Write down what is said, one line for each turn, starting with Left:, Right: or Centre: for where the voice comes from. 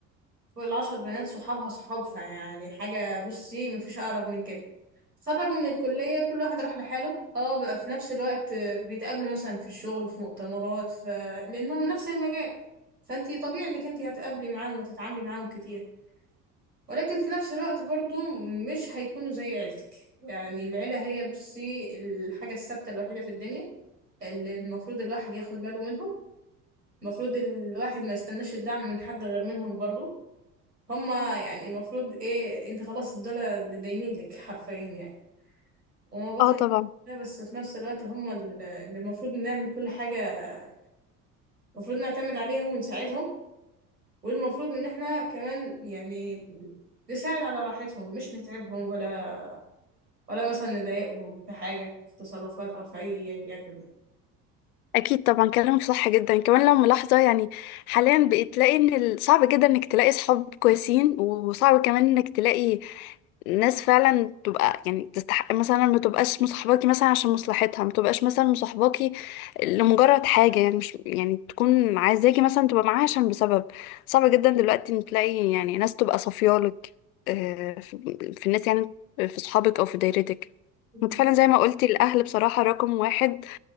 Right: فوق العشر بنات صحابها صحابها يعني حاجة بصي مفيش أقرب من كده خرجوا من الكلية كل واحد راح لحاله اه بقى في نفس الوقت بيتقابلوا مثلا في الشغل في مؤتمرات ف... لأنهم نفس المجال فانتي طبيعي انك انتي هتقابلي معاهم وتتعاملي معاهم كتير ولكن في نفس الوقت برضو مش هيكونوا زي عيلتك يعني العيلة هي بصي الحاجة الثابتة الوحيدة في الدنيا اللي المفروض الواحد ياخد باله منهم المفروض الواحد ما يستناش الدعم من حد غير منهم برضو هما يعني المفروض ايه انت خلاص دول اللي دايمين لك حرفيا يعني وما باخد
Left: اه طبعا
Right: لا بس في نفس الوقت هما اللي اللي المفروض نعمل كل حاجة المفروض نعتمد عليهم ونساعدهم والمفروض ان احنا كمان يعني نساعد على راحتهم مش نتعبهم ولا ولا مثلا نضايقهم في حاجة في تصرفات أو في أي يعني يكن يعني.
Left: اكيد طبعا كلامك صح جدا كمان لو ملاحظه يعني حاليا بقيت تلاقي ان ال- صعب جدا انك تلاقي صحاب كويسين وصعب كمان انك تلاقي ناس فعلا تبقى يعني تستحق مثلا ما تبقاش مصاحباكي مثلا عشان مصلحتها ما تبقاش مثلا مصاحباكي لمجرد حاجه يعني مش يعني تكون عايزاكي مثلا تبقى معاها عشان بسبب صعب جدا دلوقتي ان تلاقي يعني ناس تبقى صافيالك آه، في في الناس يعني في صحابك او في دايرتك
Right: بالظبط
Left: انت فعلا زي ما قلتي الاهل بصراحه رقم واحد